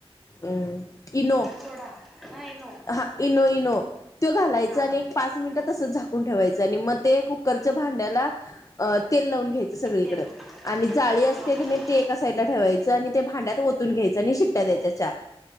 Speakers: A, on the left (about 35°); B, in the centre.
A: अ इनो
B: सोडा नाही नो
A: हा इनो इनो तो घालायच
B: हा
A: आणि
B: हा
A: एक
B: हा
A: पाच मिनिट तसच झाकुन झाकून ठेवायच आणि म ते कुकरच्या भांड्याला तेल लावून घ्यायच. सगळीकड
B: तेल
A: आणि जाळी
B: हा
A: असते
B: हा हा
A: की नाही ते एका साईडला ठेवायच आणि ते भांड्यात ओतून घ्यायचं आणि शिट्ट्या द्यायच्या चार